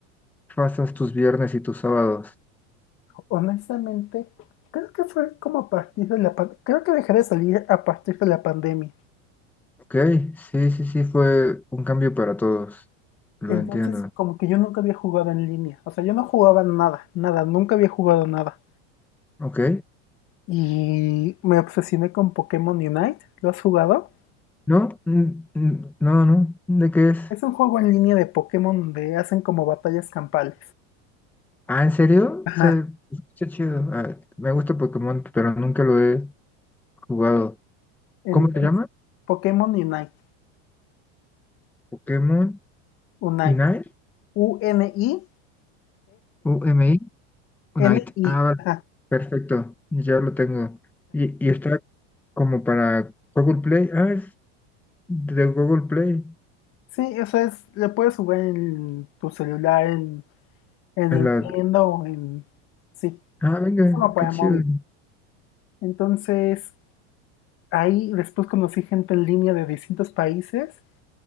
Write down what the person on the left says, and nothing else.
honestamente, creo que fue como a partir de la, pan- creo que dejé de salir a partir de la pandemia.
Entonces,
como que yo nunca había jugado en línea. O sea, yo no jugaba nada, nada, nunca había jugado nada.
Y me obsesioné con Pokémon Unite. ¿Lo has jugado?
Es un juego en línea de Pokémon donde hacen como batallas campales.
Ajá.
Entonces,
Pokémon Unite.
Unite.
U-N-I-T-E.
N-I.
Ajá.
Sí, eso es, lo puedes jugar en tu celular, en, en
Nintendo,
en... Sí, es
como para
móvil. Entonces, ahí después conocí gente en línea de distintos países